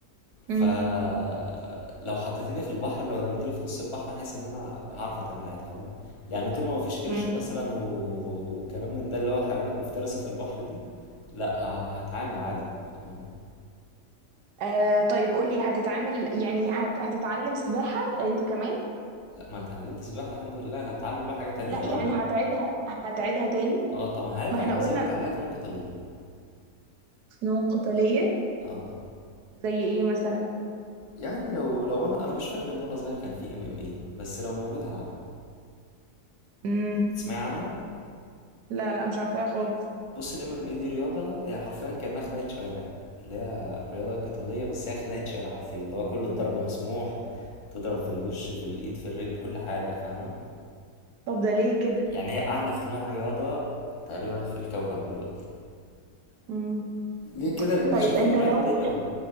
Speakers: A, on the right; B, on the left.
A: امم
B: فلو حطيتيني في البحر لو رميتيني في نص البحر حاسس ان انا هعرف اتعامل عادي فاهمه يعني طول ما مفيش قرش
A: امم
B: مثلا و... والكلام من ده اللي هو حيوانات مفترسه في البحر دي لا ه... هتعامل عادي فاهمه
A: آه طيب قولي هتتعامل يعني هت... هتتعلم سباحه انت كمان
B: لا ما انا اتعلمت سباحه الحمد لله هتعلم بقى حاجه تانية
A: لا
B: لو
A: يعني
B: انا
A: هتعيدها هتعيدها تاني
B: اه طب هعيدها
A: ما احنا
B: وهزود
A: قلنا
B: عليها فنون قتاليه
A: فنون قتالية
B: اه
A: زي ايه مثلا
B: يعني لو لو انا انا مش فاكر ان وانا صغير كان في ام ام اي بس لو موجود هلعب
A: امم
B: تسمعي عنها
A: لا لا مش عارفاها خالص
B: بص ال MMA دي رياضة هي حرفيا كأنها خناقة شوارع اللي هي رياضة قتالية بس هي خناقة شارع حرفيا اللي هو كل الضرب مسموح تضرب في الوش في الإيد في الرجل كل حاجة فاهمة
A: طب ده ليه كده
B: يعني هي أعنف نوع رياضة تقريبا في الكوكب دلوقتي
A: امم
B: ليه كده لأن أنا
A: طيب
B: شايف
A: انت
B: إن الرياضة
A: لو
B: دي لو